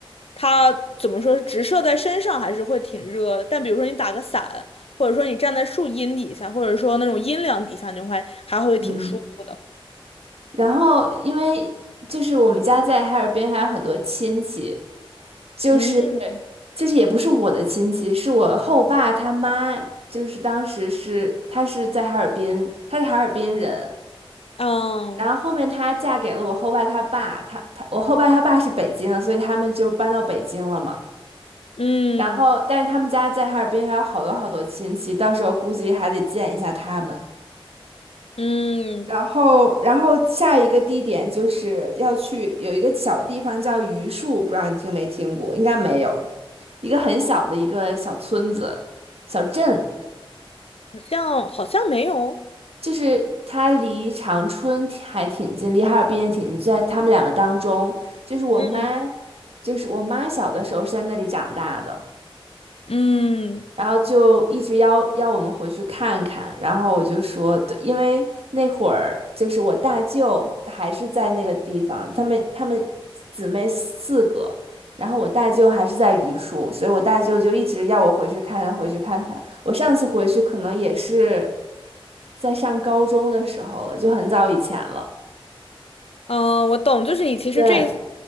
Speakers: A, on the left; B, on the right.
A: 它怎么说直射在身上还是会挺热的。但比如说你打个伞，或者说你站在树荫底下，或者说那种阴凉底下，你会还会挺舒服的。
B: 嗯。然后因为就是我们家在哈尔滨还有很多亲戚，就是
A: 嗯
B: 就是也不是我的亲戚，是我后爸他妈，就是当时是他是在哈尔滨，他是哈尔滨人。
A: 嗯
B: 然后后面她嫁给了我后爸他爸，他他我后爸他爸是北京的，所以他们就搬到北京了嘛。
A: 嗯
B: 然后，但是他们家在哈尔滨还有好多好多亲戚，到时候估计还得见一下他们。
A: 嗯，
B: 然后，然后下一个地点就是要去有一个小地方叫榆树，不知道你听没听过，应该没有，一个很小的一个小村子、小镇。
A: 好像好像没有。
B: 就是它离长春挺还挺近，离哈尔滨也挺近，在他们两个当中，就是我妈，
A: 嗯
B: 就是我妈小的时候是在那里长大的。
A: 嗯。
B: 然后就一直要要我们回去看看，然后我就说，对，因为那会儿就是我大舅还是在那个地方，他们他们姊妹四个，然后我大舅还是在榆树，所以我大舅就一直要我回去看看，回去看看。我上次回去可能也是在上高中的时候了，就很早以前了。
A: 嗯，我懂，就是你其实这一次
B: 对